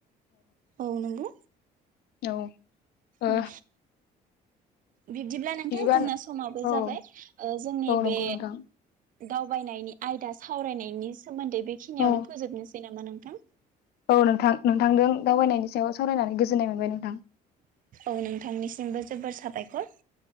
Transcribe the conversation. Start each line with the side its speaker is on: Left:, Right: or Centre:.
Right: औ नंगौ।
Left: औ ओ
Right: औ। बिब्दिब्ला नोंथां
Left: बिदिबा
Right: जोंना समाबो जाबाय
Left: औ
Right: ओ जोंनि
Left: औ
Right: बे
Left: नंगौ नोंथां
Right: दावबायनायनि आयदा सावरायनायनि सोमोन्दै बेखिनियावनो
Left: औ
Right: फोजोबनोसै ना मा नोंथां
Left: औ नोंथां नोंथांजों दावबायनायनि सायाव सावरायनानै गोजोननाय मोनबाय नों
Right: औ नोंथांनिसिमबो जोबोर साबायखर।